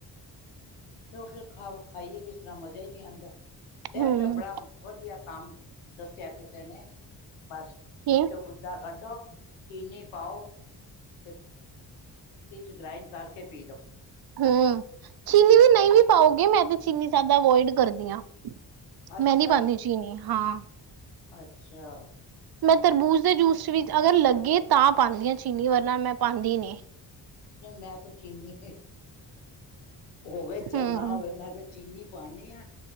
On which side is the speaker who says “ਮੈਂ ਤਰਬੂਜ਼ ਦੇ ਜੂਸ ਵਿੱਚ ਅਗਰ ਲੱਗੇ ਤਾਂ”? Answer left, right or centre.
Right